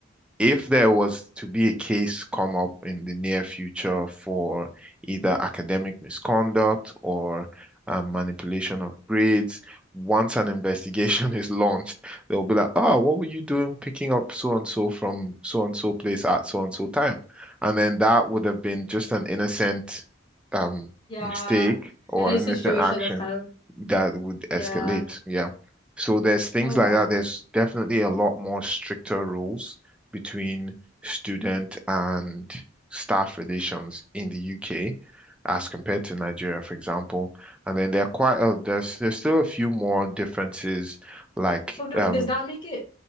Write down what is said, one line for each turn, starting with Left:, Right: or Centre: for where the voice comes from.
Centre: if there was to be a case come up in the near future for either academic misconduct or um, manipulation of grades, once an investigation <laughs> is launched, they'll be like, oh, what were you doing picking up so and so from so and so place at so and so time? And then that would have been just an innocent um,
Left: Yeah.
Centre: mistake or
Left: And it's
Centre: innocent
Left: a situation
Centre: action
Left: that's kind of
Centre: that would escalate.
Left: yeah.
Centre: Yeah. So there's things
Left: Oh
Centre: like
Left: wow.
Centre: that. There's definitely a lot
Left: Mm.
Centre: more stricter rules between student and staff relations in the UK as compared to Nigeria, for example. And then there are quite uh, there's there's still a few more differences like
Left: Oh do-
Centre: um
Left: wait, does that make it